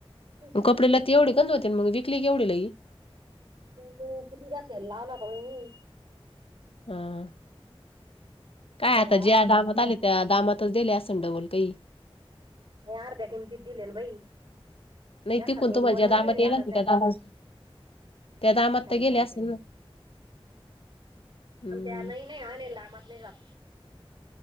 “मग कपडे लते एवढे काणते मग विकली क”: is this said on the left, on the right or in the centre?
Left